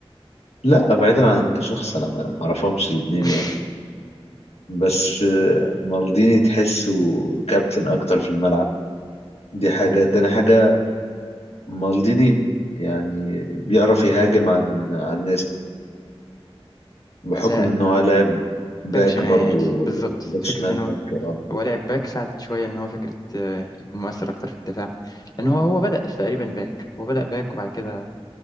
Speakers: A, on the left; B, on the left.
A: لا بعيدا عن كشخص انا ما ما اعرفهمش الاثنين
B: <laughs>
A: يعني بس آه، مالديني تحسه كابتن اكتر في الملعب دي حاجة
B: ده حقيقي.
A: تاني حاجة مالديني يعني بيعرف يهاجم عن عن ناس بحكم
B: لا
A: ان هو لاعب باك
B: باك شمال
A: برضه
B: بالظبط فكرة
A: باك شمال
B: إن هو
A: باك اه
B: هو لعب باك ساعدت شوية إن هو فكرة آه، يكون مؤثر أكتر في الدفاع لأن هو هو بدأ تقريبا باك هو بدأ باك وبعد كده